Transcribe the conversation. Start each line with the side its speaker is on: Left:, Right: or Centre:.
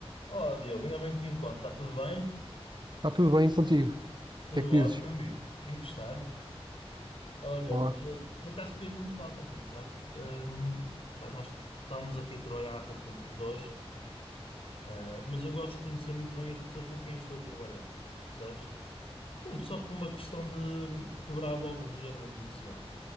Left: Olá, Diogo, ainda bem que te encontro. Está tudo bem?
Right: Está tudo bem contigo? O
Left: Tudo
Right: que é que
Left: ótimo,
Right: dizes?
Left: amigo. Tem que estar. Olha,
Right: Boa.
Left: eh, por acaso queria me falar contigo, sabes? Ahm, pá, nós estamos aqui a trabalhar há pouco tempo os dois, eh, mas eu gosto de conhecer muito bem as pessoas com quem estou a trabalhar, percebes? Pronto, só por uma questão de quebrar logo o gelo inicial.